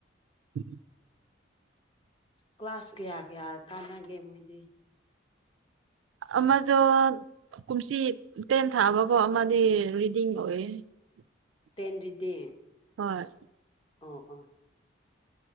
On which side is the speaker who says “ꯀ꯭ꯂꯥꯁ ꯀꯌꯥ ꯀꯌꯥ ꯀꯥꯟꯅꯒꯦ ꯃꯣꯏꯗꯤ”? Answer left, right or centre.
Left